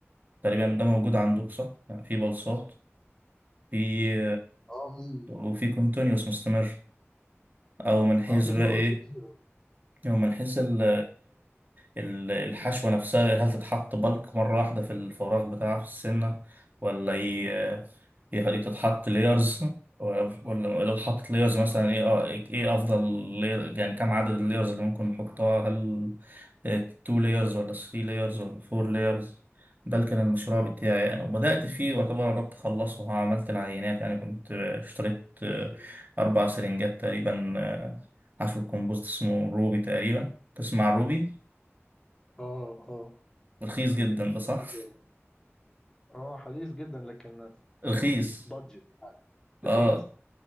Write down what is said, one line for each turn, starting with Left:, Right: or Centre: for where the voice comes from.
Right: تقريبا ده موجود عندك صح؟ يعني في بلصات في
Left: اه في
Right: وفي كونتينيوس مستمر او من حيث
Left: اه في
Right: بقى
Left: طرق
Right: ايه
Left: كتيره
Right: هو من حيث ال- ال- الحشوة نفسها هل تتحط بلك مرة واحدة في الفراغ بتاعها في السنة ولا ي... ي- تتحط ليرز ولا لو اتحطت ليرز مثلا ايه اه ايه افضل layer- يعني كم عدد الليرز اللي ممكن نحطها هل 2 layers ولا 3 layers ولا 4 layers ده اللي كان المشروع بتاعي يعني وبدأت فيه واعتبر قربت أخلصه عملت العينات يعني كنت اشتريت
Left: مم.
Right: أربع سرنجات تقريبا حشو الكمبوست اسمه روبي تقريبا تسمع روبي
Left: اه اه
Right: رخيص جدا ده صح
Left: حشوة. اه حديث جدا لكن
Right: <laughs> رخيص
Left: بادجت
Right: اه
Left: رخيص